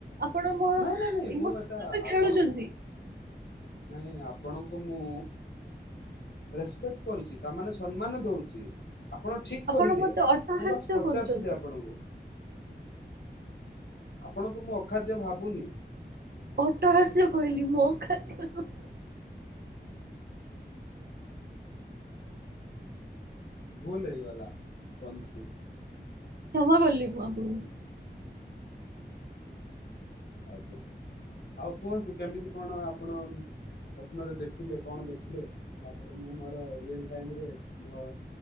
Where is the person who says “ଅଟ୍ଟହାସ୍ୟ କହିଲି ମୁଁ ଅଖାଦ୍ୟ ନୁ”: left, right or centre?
Right